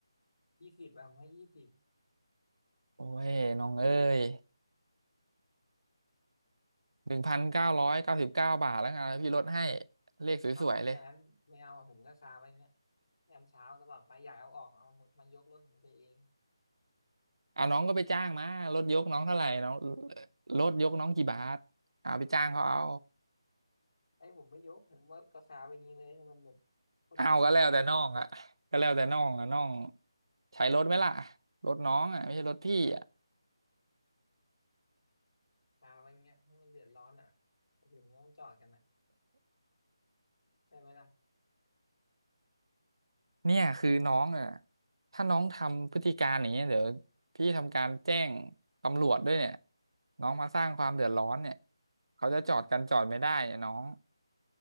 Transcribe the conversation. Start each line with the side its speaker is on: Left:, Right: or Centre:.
Left: ยี่สิบอะผมให้ยี่สิบ
Right: โอ้ยน้องเอ้ยหนึ่งพันเก้าร้อยเก้าสิบเก้าบาทแล้วกันพี่ลดให้เลขสวยๆเลย
Left: ทำไม่อย่างนั้นไม่เอาอะผมก็คาไว้เงี้ยยามเช้าตลอดไปอยากเอาออกเอามายกรถผมไปเอง
Right: เอาน้องก็ไปจ้างมาลดยกน้องเท่าไหร่น้องลดยกน้องกี่บาทเอาไปจ้างเขาเอา
Left: ไอ้ผมไม่ยกผมว่าก็สาไปอย่างนี้เลยให้มันแบบคนอื่นก็ไม่ต้องจอด
Right: เอาก็แล้วแต่น้องอะก็แล้วแต่น้องอะน้องใช้รถไหมล่ะรถน้องอะไม่ใช่รถพี่อะ
Left: สาไปาเงี้ยให้มันเดือดร้อนอ่ะคนอื่นไม่ต้องจอดกันอ่ะได้ไหมล่ะ
Right: เนี่ยคือน้องอะถ้าน้องทำพฤติการอย่างเงี้ยเดี๋ยวพี่ทำการแจ้งตำรวจด้วยเนี่ยน้องมาสร้างความเดือดร้อนเนี่ยเขาจะจอดกันจอดไม่ได้เนี่ยน้อง